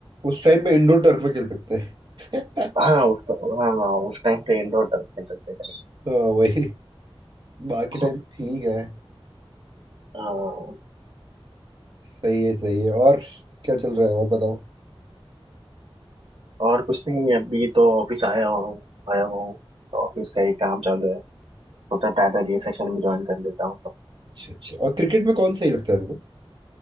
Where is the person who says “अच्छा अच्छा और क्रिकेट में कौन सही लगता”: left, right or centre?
Right